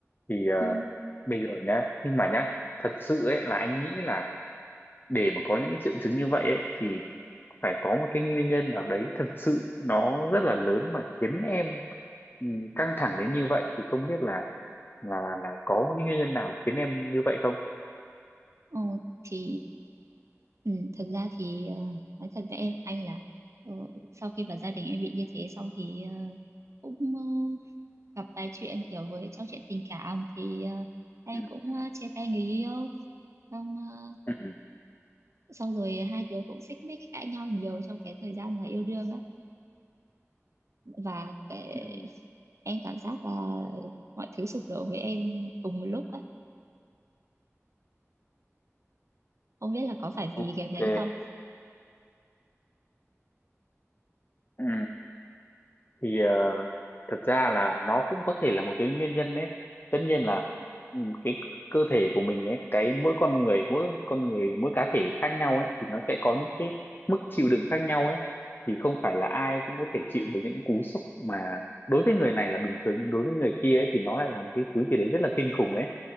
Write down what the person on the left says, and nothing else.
thì ờ,
bây giờ nhá nhưng mà nhá thật sự ấy là anh nghĩ là để mà có những cái triệu chứng như vậy ấy thì phải có một cái nguyên nhân nào đấy thật sự nó rất là lớn mà khiến em ừ, căng thẳng đến như vậy thì không biết là là là có một cái nguyên nhân nào khiến em như vậy không?
Ừ.
Ừ.
ừ, ừ.
Ok.
Ừ. Thì ờ, thật ra là nó cũng có thể là một cái nguyên nhân đấy tất nhiên là ừ, cái cơ thể của mình ấy cái mỗi con người mỗi con người mỗi cá thể khác nhau ấy thì nó sẽ có những cái mức chịu đựng khác nhau ấy thì không phải là ai cũng có thể chịu được những cú sốc mà đối với người này là bình thường nhưng đối với người kia ấy thì nó lại là một cái thứ gì đấy rất là kinh khủng ấy